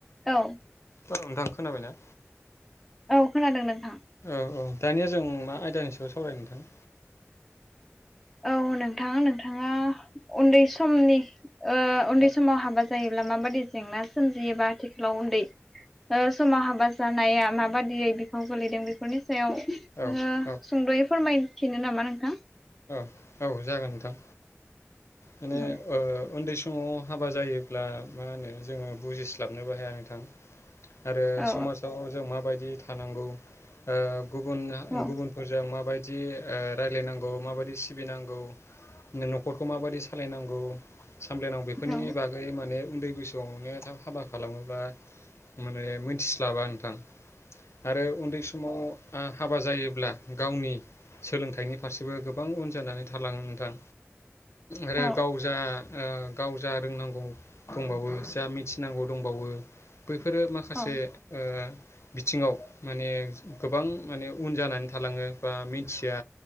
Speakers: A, in the centre; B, on the left.
A: औ
B: औ नोंथां खोनाबायना?
A: औ खोनादों नोंथां
B: औ औ दानिया जों मा आयदानि सायाव सावरायनो नोंथां
A: औ नोंथां नोंथाङा उन्दै समनि ओ उन्दै
B: औ
A: समाव हाबा जायोब्ला माबादि जेंना सोमजियोबा आथिखालाव उन्दै ओ समाव हाबा जानाया माबादियै बिफाव गोलैदों बेफोरनि सायाव ओ
B: औ औ
A: सुंद'यै फोरमायथिनो ना मा नोंथां
B: औ जागोन नोंथां माने
A: औ
B: ओ उन्दै स माव हाबा जायोब्ला मा होनो जोङो बुजिस्लाबनोबो हाया नोंथां। आरो
A: औ
B: समाजाव जों माबायदि थानांगौ ओ गुबुन
A: औ
B: गुबुनफोरजों माबायदि ओ रायलायनांगौ माबायदि सिबिनांगौ नो न'खरखौ माबादि सालायनांगौ सामलायनांगौ बेफोरनि
A: औ
B: बागै माने उन्दै बैसोआवनो थाब हाबा खालामोब्ला माने मोनथिस्लाबा नोंथां। आरो उन्दै समाव आ हाबा जायोब्ला गावनि सोलोंथाइनि फारसेबो गोबां उन जानानै थालाङो नोंथां आरो
A: औ
B: गाव जा ओ गाव जा रोंनांगौ दंबावो जा मिथिनांगौ दंबावो बैफोरो माखासे
A: औ
B: ओ बिथिङाव माने गोबां माने उन जानानै थालाङो बा मिनथिया